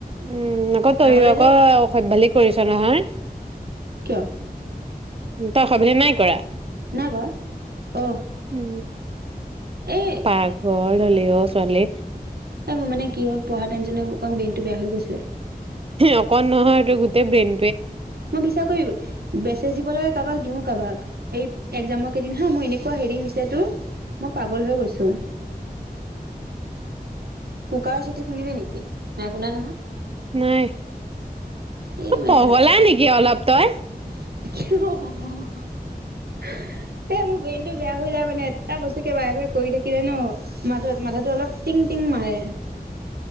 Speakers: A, on the right; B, on the right.
A: উম আকৌ তইও
B: আগতে
A: আকৌ
B: যে
A: অসভ্যালি কৰিছ নহয়
B: কিয়
A: তই অসভভ্যালি নাই কৰা
B: নাই কৰা অ
A: উ
B: এই
A: প্ঘঘল হলেও ছোৱালী
B: এই মানে কি হ'ল টেনচনে অকণ বেইনটো বেয়া হৈ গৈছে
A: অকণ নহয় গোটেই ব্ৰেইন
B: মই বিচাৰ কৰিব বেচে দিব লাগে কাৰোবাক দিও কাৰোবাক এই একগজামৰ কেইদিন হা মোৰ এনেকুৱা হেৰি হৈছে তোৰ মই পাগল হৈ গৈছো কুকাৰৰ চিট শুনিলে নেকি নাই শুনা নহয়
A: নাই
B: এই
A: অ
B: মানে
A: পগলা
B: ভাত
A: নেকি কি অলপ তই
B: এ মোৰ ব্ৰেইনটো বেয়া হৈ যায় মানে এটা বস্তুকে বাৰে বাৰে কৰি থাকিলে ন মাত মাথাটো অলপ টিং টিং মাৰে